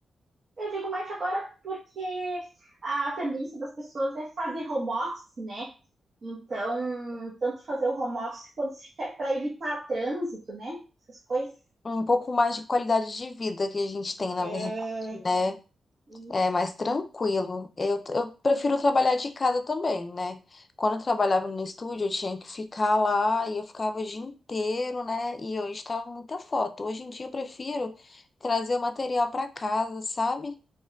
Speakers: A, on the right; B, on the left.
A: Eu digo mais agora porque a tendência das pessoas é fazer home office, né? Então, tanto fazer o home office quanto para evitar trânsito, né? Essas coisas.
B: Um pouco mais de qualidade de vida que a gente tem, na
A: É,
B: verdade, né?
A: e,
B: É mais tranquilo. Eu, eu prefiro trabalhar de casa também, né? Quando eu trabalhava no estúdio, eu tinha que ficar lá e eu ficava o dia inteiro, né? E eu estava muita foto. Hoje em dia eu prefiro trazer o material para casa, sabe?